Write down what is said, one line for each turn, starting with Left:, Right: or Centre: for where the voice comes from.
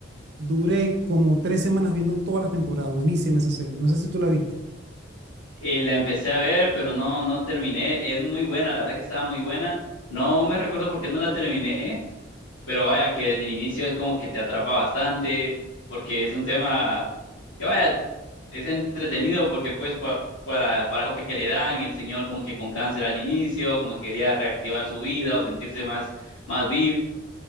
Right: Duré como tres semanas viendo todas las temporadas. Buenísima esa serie. No sé si tú la viste.
Left: Eh, la empecé a ver, pero no, no terminé. Es muy buena, la verdad que estaba muy buena. No me recuerdo por qué no la terminé, Pero vaya, que desde el inicio es como que te atrapa bastante, porque es un tema que vaya, es entretenido porque pues pa- para, para el enfoque que le dan, el señor como que con cáncer al inicio, como que quería reactivar su vida o sentirse más, más vivo,